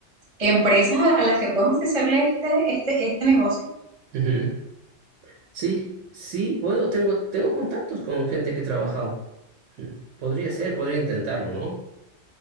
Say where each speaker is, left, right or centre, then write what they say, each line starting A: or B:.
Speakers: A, on the right (about 35°); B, on the right (about 85°).
A: empresas a, a las que puedes ofrecerle este, este, este negocio.
B: Ujú. Sí, sí, puedo, tengo, tengo contactos con gente que he trabajado. Ujú. Podría ser, podría intentarlo, ¿no?